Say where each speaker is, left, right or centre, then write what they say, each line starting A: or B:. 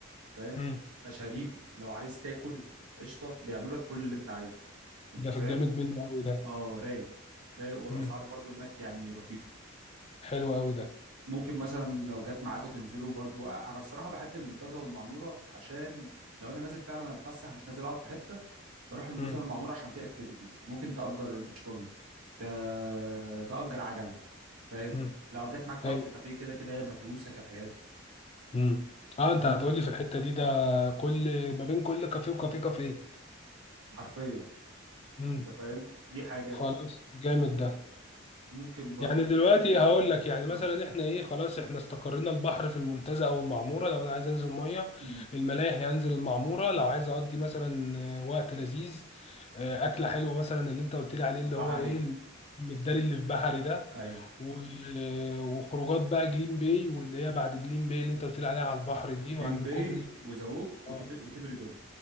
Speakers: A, on the right; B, on the left.
A: فاهم
B: امم
A: مشاريب لو عايز تاكل قشطه بيعملوا لك كل اللي انت عايزه انت
B: ده
A: فاهم
B: في الجامد منه قوي ده
A: اه رايق رايق والاسعار
B: امم
A: برضو هناك يعني لطيفه
B: حلو قوي ده
A: ممكن مثلا لو جت معاكم تنزلوا برضو انا الصراحه بحب المنتزه والمعموره عشان لو انا نازل فعلا اتفسح مش نازل اقعد في حته بروح المنتزه
B: امم
A: والمعموره عشان في اكتيفيتيز ممكن تاجر بيتش باجي ت... تاجر عجل فاهم
B: امم
A: لو جت معاك تقعد
B: ايوه
A: في كافيه كده كده هي متروسه كافيهات
B: امم اه انت
A: فاهم
B: هتقول لي في الحته دي ده كل ما بين كل كافيه وكافيه كافيه
A: حرفيا
B: امم
A: انت فاهم دي حاجه
B: خلاص جامد ده
A: ممكن برضو
B: يعني دلوقتي هقول لك يعني مثلا
A: اه
B: احنا ايه خلاص احنا استقرينا البحر في المنتزه او المعموره لو انا عايز انزل ميه
A: امم
B: الملاهي هنزل المعموره لو عايز اقضي مثلا آه، وقت لذيذ آه، اكله حلوه مثلا اللي انت قلت لي عليه اللي
A: بحري
B: هو ايه المداري اللي في بحري ده
A: ايوه
B: و- وخروجات بقى جليم باي واللي هي بعد جليم باي اللي انت قلت لي عليها على البحر دي
A: جليم
B: وعند
A: باي
B: كوبري
A: وزووك
B: اه
A: وتف... وتفري دوم